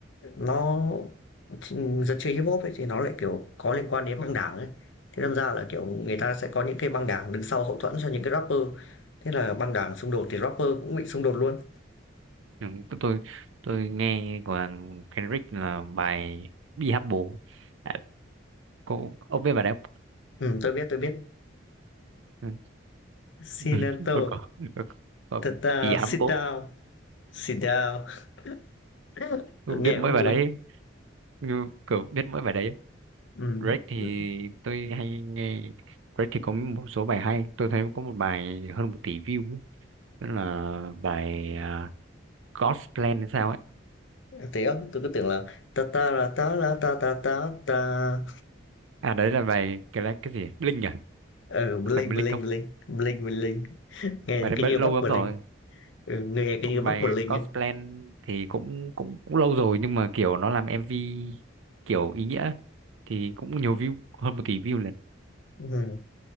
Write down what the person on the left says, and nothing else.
nó ch dân chơi Hip-hop ấy thì nó lại, kiểu, có liên quan đến băng đảng ấy, thế đâm ra là, kiểu, người ta sẽ có những cái băng đảng đứng sau hậu thuẫn cho những cái rapper, thế là băng đảng xung đột thì rapper cũng bị xung đột luôn.
Ừm, tôi biết, tôi biết.
Shinato,
thật ra
sit
down, sit down. <laughs>
Cứ nghe
cũng
vui.
Ừ.
ừ.
Thì đó, tôi cứ tưởng là ta ta ra ta ra ta ta ta ta.
Ờ, bling
bling
bling, bling bling. Nghe
cái
như
Bắc
Berlin.
Ừ, nghe cái
như Bắc
Berlin
ấy.
Ừ.